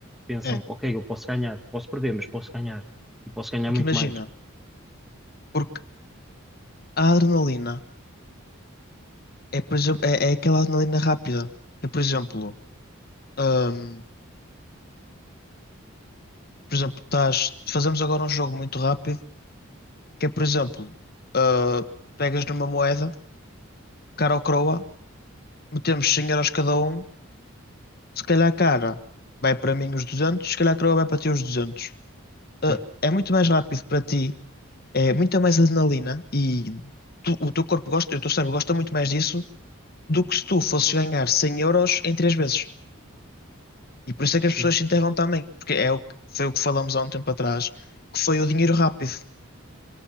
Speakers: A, in the centre; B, on the left.
A: Pensam,
B: É.
A: ok, eu posso ganhar, posso perder, mas posso ganhar e posso ganhar
B: Porque
A: muito
B: imagina,
A: mais.
B: porque a adrenalina é, por exemplo, é, é aquela adrenalina rápida. Eu, por exemplo, hum, por exemplo, estás, fazemos agora um jogo muito rápido, que é, por exemplo, ah, pegas numa moeda, cara ou croa, metemos 100 euros cada um, se calhar cara vai para mim os 200, se calhar croa vai para ti os 200.
A: Sim,
B: É muito mais rápido para ti, é muita mais adrenalina e tu- o teu corpo gosta, o teu cérebro gosta muito mais disso do que se tu fosses ganhar 100 euros em três vezes. E por isso é que
A: sim,
B: as pessoas se enterram também, porque é o que, foi o que falamos há um tempo atrás, que foi o dinheiro rápido.